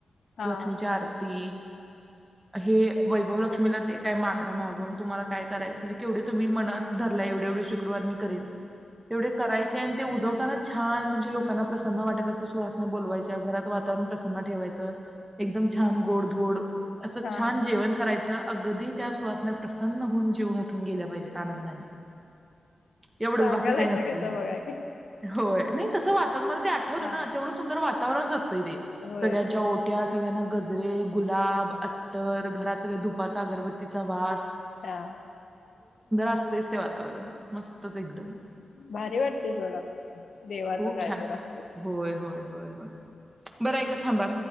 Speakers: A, on the left (about 65°); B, on the right (about 15°).
A: हा
B: लक्ष्मीची आरती हे वैभव लक्ष्मीला ते काय मागण मागून तुम्हाला काय करायचं म्हणजे केवढे तुम्ही मनात धरला एवढे एवढे शुक्रवार मी करेन तेवढे करायचे आणि ते उजवताना छान म्हणजे लोकांना प्रसन्न वाटेल असं सुहासन्या बोलवायच्या घरात वातावरण प्रसन्न ठेवायचं. एकदम छान गोडधोड -- असं
A: हा
B: छान जेवण करायचं. अगदी त्या सुहासन्या प्रसन्न होऊन -- जेऊन उठून गेल्या पाहिजेत आनंदानी, येवढच
A: सांगालायचा
B: बाकी काय नसतय
A: कसा
B: मग
A: बघा की
B: होय नही तस वातावरण मला ते आठवत
A: हा
B: ना तेवढ सुंदर वातावरणच असतय ते
A: होय
B: सगळ्यांच्या ओट्या -- सगळ्यांना गजरे, गुलाब, तर घरात सगळ धुपाचा अगरबत्तीचा वास --
A: हा
B: असतंच ते वातावरण मस्तच एकदम.
A: भारी वाटतय सोडा. देवाच
B: खूप
A: काय
B: छान
A: तर असंल
B: होय होय होय होय बरं ऐका थांबा